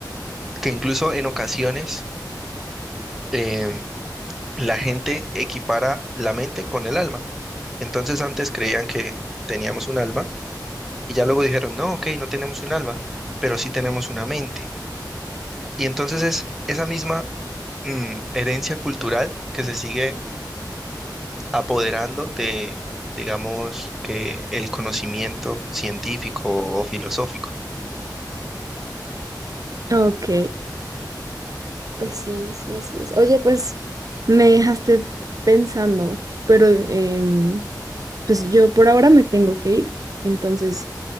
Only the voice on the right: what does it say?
Ok, pues sí, sí, así es. Oye, pues me dejaste pensando, pero em, pues yo por ahora me tengo que ir. Entonces,